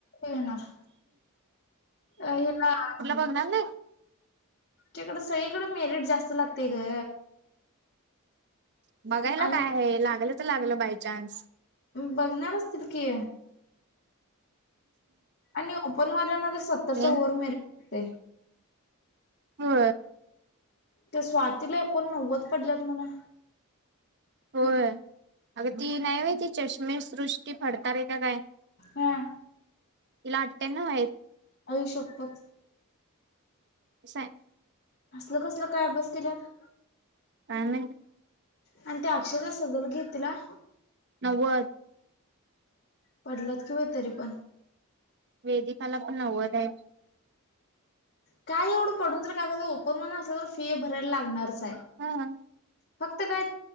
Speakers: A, on the left (about 50°); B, on the right (about 50°).
A: घेणार अ हिला
B: हो न ना
A: तकडं सगळीकडें मेरिट जास्त लागतेय ग
B: बघायला
A: आणि
B: काय आहे लागलं तर लागलं बायचान्स
A: बघणार असतील की आणि ओपन मन तर सत्तरच्या
B: होय
A: ओव्हर मते
B: हो
A: त्या स्वातीला एकोण नव्वद पडल्यात म्हणा
B: होय अग ती नाही हो ती चष्मे सृष्टी फडत आहे का काय
A: हा
B: इला अट्ट्या ना आहे
A: अय शोपत
B: स
A: असल कसलं काय अभ्यास केल्यात
B: काण
A: आणि ते अक्षय जा असत जल घेत तिला
B: नव्वद
A: पडलात कि व्हयं तरी पण
B: वेदीकाला पण नव्वद आहे.
A: काय एवढं पडून तर काय ओपन असलं तर फी भरायला लागणारच आहे.
B: हा
A: फक्त काय